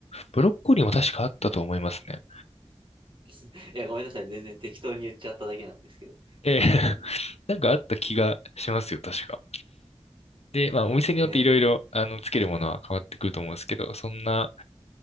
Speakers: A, on the left; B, on the right.
A: ブロッコリーも確かあったと思いますね。
B: ー、いや、ごめんなさい。全然適当に言っちゃっただけなんですけど。
A: ええ
B: ブロッコリーとか。
A: <laughs> なんかあった気がしますよ、確か。で、まあお店によっていろいろ、
B: えー、
A: あの、つけるものは変わってくると思うんですけど、そんな、